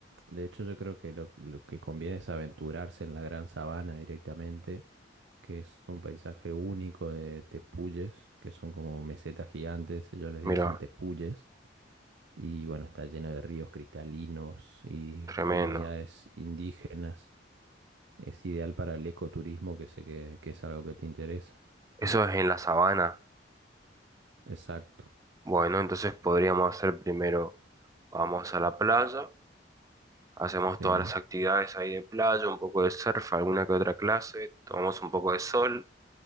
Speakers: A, on the right; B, on the right.
A: de hecho, yo creo que lo, lo que conviene es aventurarse en la Gran Sabana directamente, que es un paisaje único de tepuyes, que son como mesetas gigantes, ellos les dicen
B: Mira,
A: tepuyes. Y bueno, está lleno de ríos cristalinos y
B: tremendo.
A: comunidades indígenas es ideal para el ecoturismo, que sé que, que es algo que te interesa.
B: Eso es en la sabana.
A: Exacto.
B: Bueno, entonces podríamos hacer primero, vamos a la playa, hacemos
A: Sí,
B: todas las actividades ahí de playa, un poco de surf, alguna que otra clase, tomamos un poco de sol.